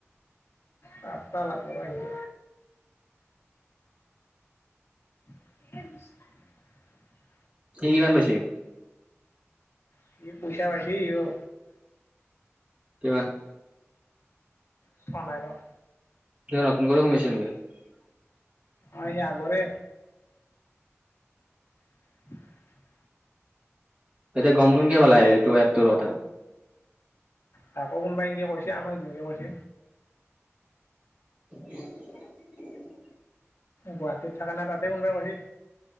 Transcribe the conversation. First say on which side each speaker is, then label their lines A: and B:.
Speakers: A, on the left; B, on the right.
A: পাতবা লাগব <unintelligible> <inaudible>
B: সি কিমান পাইছে।
A: সি পইচা পাইছি সি অ,
B: কিমান?
A: চোৱা নাই ৰ
B: কিমান নতুন কৰি সোমাইছিল নেকি।
A: অ, সি আগৰে <inaudible>
B: এতিয়া গম কেনেকে পালা এইটো এ তোৰ কথা।
A: তাকো কোনোবাই এনকে কৈছে আমাক যেনকে কৈছে।
B: <unintelligible>
A: গুৱাহাটীত থাকে না তাতে কোনোবাই কৈছে।